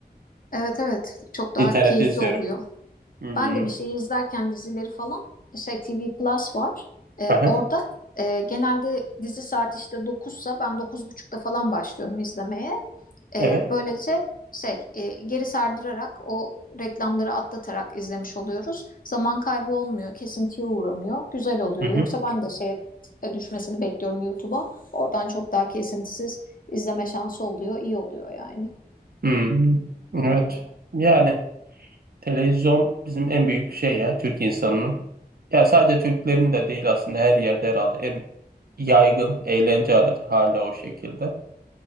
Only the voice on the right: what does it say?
internette
izliyorum.
Hmm.
Aha,
evet.
Hı
Hmm, evet. Yani televizyon bizim en büyük şey ya Türk insanının. Ya sadece Türklerin de değil aslında her yerde herhalde en yaygın eğlence aracı hala o şekilde.